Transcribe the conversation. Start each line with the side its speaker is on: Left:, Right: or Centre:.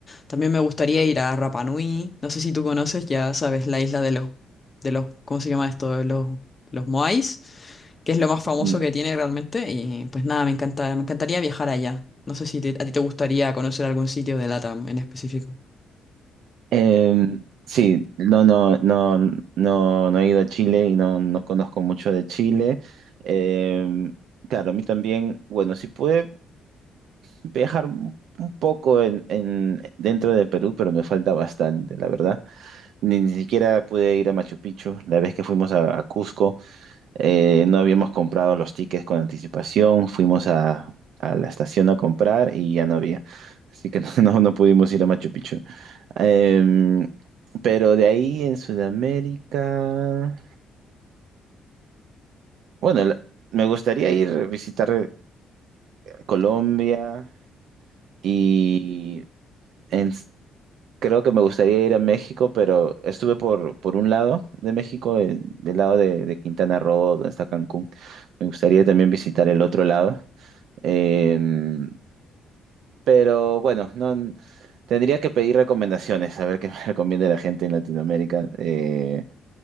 Left: También me gustaría ir a Rapa Nui. No sé si tú conoces, ya sabes, la isla de los, de los, ¿cómo se llama esto? De los, los Moais, que es lo más famoso
Right: no.
Left: que tiene realmente. Y pues nada, me encanta, me encantaría viajar allá. No sé si te- a ti te gustaría conocer algún sitio de LATAM en específico.
Right: Eh, sí, no, no, no, no, no he ido a Chile y no, no conozco mucho de Chile. Eh, claro, a mí también, bueno, sí pude viajar un un poco en, en, dentro de Perú, pero me falta bastante, la verdad. Ni, ni siquiera pude ir a Machu Picchu. La vez que fuimos a, a Cusco, eh, no habíamos comprado los tickets con anticipación. Fuimos a, a la estación a comprar y ya no había. Así que <laughs> no, no no pudimos ir a Machu Picchu. Em, pero de ahí en Sudamérica, bueno, la- me gustaría ir a visitar Colombia y en, Creo que me gustaría ir a México, pero estuve por, por un lado de México, el- del lado de, de Quintana Roo, donde está Cancún. Me gustaría también visitar el otro lado. Em, pero bueno, no, tendría que pedir recomendaciones, a ver qué me <laughs> recomienda la gente en Latinoamérica. Eh,